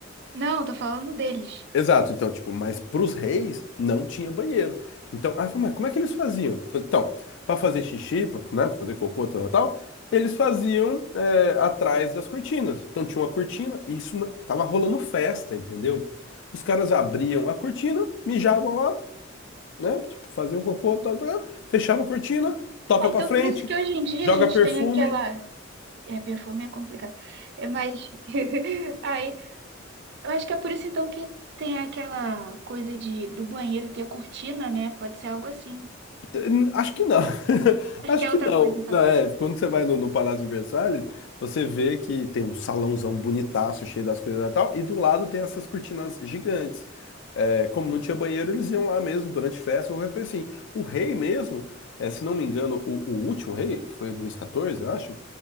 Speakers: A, on the right; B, on the left.
A: Não, tô falando deles.
B: Exato, então, tipo, mas pros reis não tinha banheiro. Então, aí eu falei, mas como é que eles faziam? Falei, Então, para fazer xixi, pra, né, para fazer cocô, tal, tal, tal, eles faziam é, atrás das cortinas. Então tinha uma cortina e isso na- tava rolando festa, entendeu? Os caras abriam a cortina, mijavam lá, né, tipo, faziam cocô, tal, tal, fechavam a cortina, toca
A: Ah, então
B: pra frente,
A: por isso que hoje em dia
B: joga
A: a gente
B: perfume,
A: tem aquela. É, perfume é complicado. É, mas <laughs> aí Eu acho que é por isso então que tem aquela coisa de do banheiro ter cortina, né? Pode ser algo assim.
B: N- Acho que não. <laughs>
A: Acho
B: Acho
A: que é
B: que
A: outra
B: não.
A: coisa então.
B: Não, é, quando você vai no, no Palácio de Versalhes, você vê que tem um salãozão bonitaço, cheio das coisas e tal, e do lado tem essas cortinas gigantes. É, como não tinha banheiro, eles iam lá mesmo durante festa ou qualquer coisa assim. O rei mesmo, é, se não me engano, o, o último rei, que foi Luís XIV, eu acho,